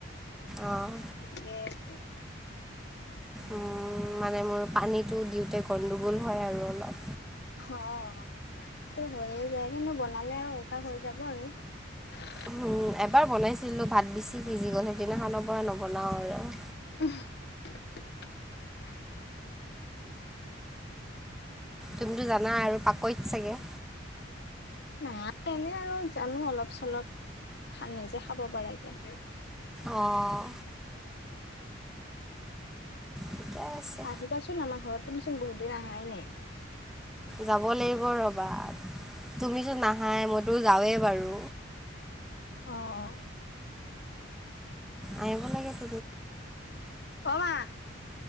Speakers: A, in the centre; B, on the left (about 55°).
A: অঁ
B: ঠিকেই আছে।
A: উম' মানে মোৰ পানীতো দিওঁতে গণ্ডগোল হয় আৰু অলপ
B: অ' তো হৈয়ে যায় কিন্তু বনালে আৰু অভ্যাস হৈ যাব আৰু। <inaudible>
A: উম' এবাৰ বনাইছিলোঁ, ভাত বেছি সিজি গ'ল, সেইদিনাখৰ পৰা নবনাও আৰু।
B: <unintelligible> <inaudible>
A: তুমিতো জানা আৰু পাকৈত চাগে?
B: নাই এনে আৰু জানো অলপ চলপ খা নিজে খাব পাৰাকে।
A: অঁ ঠিকে আছে
B: আহিবাচোন আমাৰ ঘৰত, তুমিচোন বহুত দিন আহাই নাই।
A: যাব লাগিব ৰ'বা। তুমিতো নাহাই, মইতো যাওঁৱে বাৰু।
B: অ', অ'।
A: আহিব লাগিচি
B: অ' মা।